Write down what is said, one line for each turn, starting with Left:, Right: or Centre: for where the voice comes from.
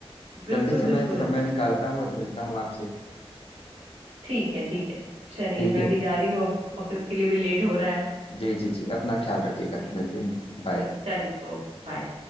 Right: बिल्कुल
Left: जल्दी समय
Right: बिल्कुल
Left: समय निकालता हूँ और मिलता हूँ आपसे
Right: ठीक है ठीक है चलिए
Left: ठीक
Right: मैं
Left: है
Right: भी जा रही हूँ अब ऑफिस के लिए भी लेट हो रहा है
Left: जी जी जी अपना ख्याल रखिएगा
Right: जी
Left: मिलते हैं बाय
Right: जी चलिए ओ बाय